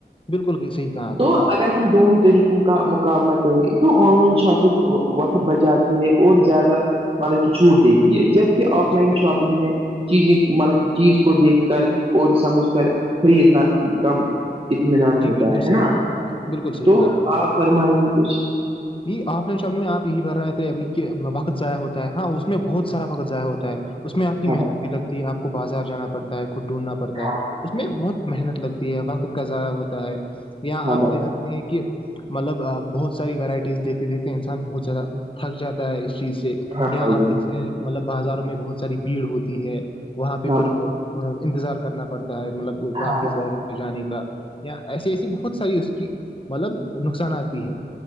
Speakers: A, on the left (about 30°); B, on the right (about 30°).
A: بالکل بھی صحیح کہا آپ
B: تو
A: نے
B: اگر ہم دونوں طریقوں کا مقابلہ کریں تو آن لائن شاپک وقت بچا اور زیادہ مطلب کہ چھوٹ دیتی ہے جبک آف
A: جی
B: لائن شاپنگ میں چیزیں مطلب چیز کو دیکھ کر اور سمجھ کر خریدنا کم اطمینان
A: جی
B: ہوتا
A: بالکل
B: ہے
A: صحیح
B: نا
A: بالکل صحیح
B: تو
A: کہا
B: آپ فرمائیے کچھ
A: یہ آف لائن شبد میں آپ یہی کر رہے تھے ابھی کہ وقت ضائع ہوتا ہے ہاں اس میں بہت سارا وقت ضائع ہوتا ہے اس میں آپ کی
B: ہاں
A: محنت
B: بھائی
A: بھی لگتی ہے آپ کو بازار جانا پڑتا ہے خود ڈھونڈنا پڑتا ہے
B: ہاں بھائی
A: اس میں بہت محنت لگتی ہے وقت کا ضائع ہوتا ہے یااں
B: ہاں
A: آپ
B: بھائی
A: دیکھ سکتے ہیں کہ مطلب بہت ساری ورائٹی ز دیکھتے دیکھتے انسان بہت زیادہ تھک جاتا ہے اس چیز سے
B: ہاں
A: یا
B: بھائی
A: آپ
B: جان
A: دیکتے ہیں مطلب بازاروں میں بہت ساری بھیڑ ہوتی ہے وہاں پہ
B: ہاں
A: پھر انتظار کرنا پڑتا ہے مطلب باقی
B: ہاں بھائی
A: شہروں جانے کا یا ایسی ایسی بہت ساری اس کی مطلب نقصانات بھی ہے